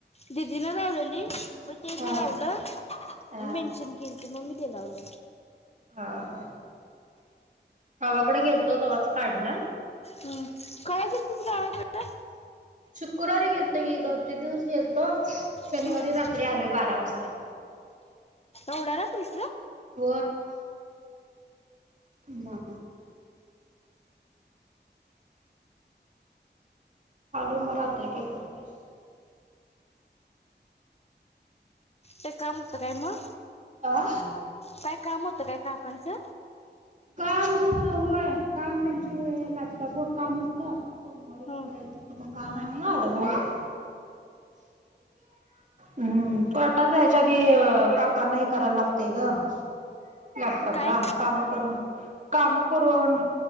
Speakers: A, on the left; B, on the right.
A: दीदीला लावलेली मी त्यांनी
B: हा
A: लावलं
B: हा
A: मेन्शन केलती मंग मी ते लावलं.
B: हा. गावाकडे गेलतो तेव्हाच काढला.
A: हम्म कवा गेलतीस गावाकडे?
B: शुक्रवारी गेलतोय की दोन तीन दिवस गेलतो शनिवारी
A: हम्म
B: रात्री आलोय बारा वाजता.
A: एवढ्या रात्रीस
B: होय म आलो म रात्रीस काय करतेस?
A: ते काम होतं काय मग?
B: हा.
A: काय काम होतं काय काकाचं?
B: काम होय काम त्यांचे लॅपटॉपवर काम होतं सोमवारी
A: हम्म
B: करायचं. तो काम आहे म्हणून आलो घरात. हम्म कोर्टा जायचं आदी काकांना हे करायला लागतंय गं लॅपटॉप
A: काय
B: ला काम करून काम करून